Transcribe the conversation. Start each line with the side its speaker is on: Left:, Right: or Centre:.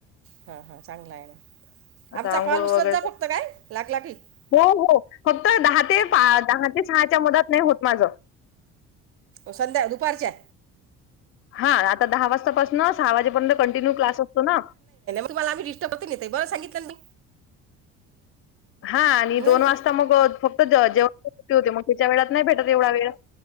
Right: हा हा चांगला आहे ना
Left: आता
Right: आमचा
Left: आंघोळ
Right: कॉल उचलत
Left: वगैरे
Right: जा फक्त काय लागला की अहो,
Left: हो हो फक्त दहा ते दहा ते सहाच्या मधात नाही होत माझं
Right: संध्या दुपारच्या
Left: हा आता दहा वाजतापासनं सहा वाजेपर्यंत कंटिन्यू क्लास असतो ना
Right: तुमला्हीिष्टपतीेत नेतय ब सांगितलं न मी
Left: हा आणि
Right: म्हणून
Left: दोन
Right: तू-
Left: वाजता मग फक्त जेवणाची सुट्टी होते मग त्याच्या वेळात नाही भेटत एवढा वेळ.